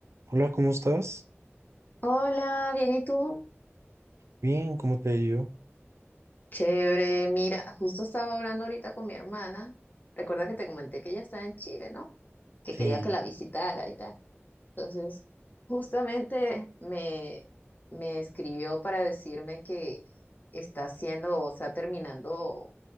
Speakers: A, on the right; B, on the left.
A: Hola, ¿cómo estás?
B: Hola, bien, ¿y tú?
A: Bien, ¿cómo te ha ido?
B: Chévere, mira, justo estaba hablando ahorita con mi hermana. Recuerda que te comenté que ella está en Chile, ¿no? Que
A: Sí,
B: quería que la visitara y tal. Entonces, justamente me, me escribió para decirme que está haciendo, o sea, terminando